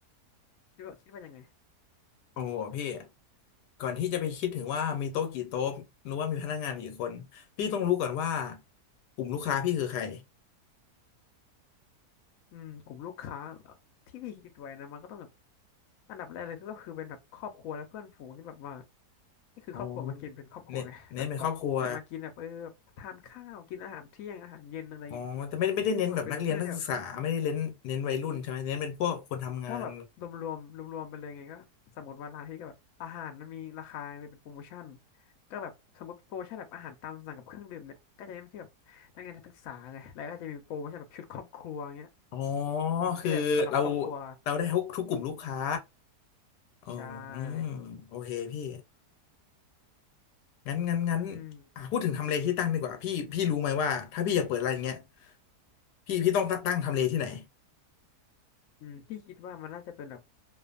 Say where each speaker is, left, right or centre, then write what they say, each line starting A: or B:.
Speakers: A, on the left (about 65°); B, on the left (about 80°).
A: คิดว่าคิดว่ายังไง
B: โอ้โหพี่ ก่อนที่จะไปคิดถึงว่ามีโต๊ะกี่โต๊ะหรือว่ามีพนักงานกี่คนพี่ต้องรู้ก่อนว่ากลุ่มลูกค้าพี่คือใคร
A: อืมกลุ่มลูกค้าเหรอที่พี่คิดไว้นะมันก็ต้องแบบอันดับแรกเลยก็คือเป็นแบบครอบครัวและเพื่อนฝูงที่แบบว่าก็คือครอบครัวมากินเป็นครอบครัวไง
B: อ๋อเน้นเน้นเป็นครอบครัว
A: <laughs> แบบเกาะกลุ่มกันมากินแบบเออแบบทานข้าวกินอาหารเที่ยงอาหารเย็นอะไรเงี้ย
B: อ๋อแต่ไม่ได้ไม่ได้เน้นแบบนักเรียนนักศึกษาไม่ได้เน้นเน้นวัยรุ่นใช่ไหมเน้นเป็นพวกคนทำงาน
A: กแบบเป็นเพื่อนี่แบบก็แบบรวมรวมรวมรวมๆไปเลยไงก็สมมติว่าร้านที่ก็แบบอาหารมันมีราคาเป็นโปรโมชั่นก็แบบสมมติโปรโมชั่นแบบอาหารตามสั่งกับเครื่องดื่มเนี่ยก็จะเป็นที่แบบนักเรียนนักศึกษาไงแล้วก็จะมีโปรโมชั่นแบบชุดครอบครัวเงี้ย
B: อ๋อ
A: อืมก็จะแบบสำหรับครอบครัว
B: คือเราเราได้ทุกทุกกลุ่มลูกค้าอ๋ออืมโอเคพี่
A: ใช่
B: งั้นงั้นงั้น
A: อืม
B: อ่ะพูดถึงทำเลที่ตั้งดีกว่าพี่พี่รู้ไหมว่าถ้าพี่อยากเปิดอะไรานอย่างเงี้ยพี่พี่ต้องตั้งตั้งทำเลที่ไหน
A: อืมพี่คิดว่ามันน่าจะเป็นแบบ